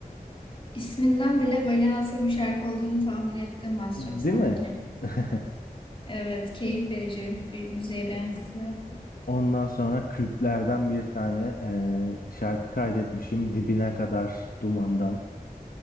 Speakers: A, on the left (about 35°); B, on the left (about 75°).
A: İsminden bile böyle nasıl bir şarkı olduğunu tahmin ettim az
B: Değil
A: çok sanki.
B: mi? <laughs>
A: Evet, keyif verici bir müziğe benziyor.
B: Ondan sonra Kürtlerden bir tane eee, şarkı kaydetmişim Dibine Kadar Duman'dan.